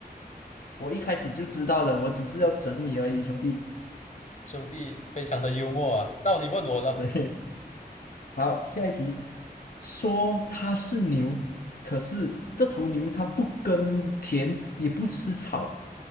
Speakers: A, on the left (about 60°); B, on the left (about 45°).
A: 我一开始就知道的，我只是要整你而已，兄弟。
B: 兄弟，非常的幽默啊！到你问我了，
A: <laughs> 对，好，下一题，说它是牛，可是这头牛它不耕田，也不吃草；